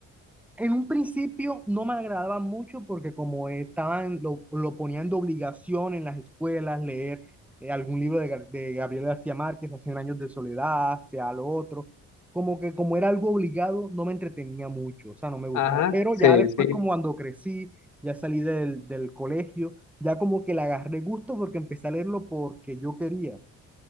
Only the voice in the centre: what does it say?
En un principio no me agradaba mucho porque como estaban, lo, lo ponían de obligación en las escuelas, leer eh, algún libro de, Gar- de Gabriel García Márquez, hace años de soledad, hacia lo otro, como que como era algo obligado, no me entretenía mucho, o sea, no me gustaba.
Pero
ya después,
como cuando crecí, ya salí del, del colegio, ya como que le agarré gusto porque empecé a leerlo porque yo quería.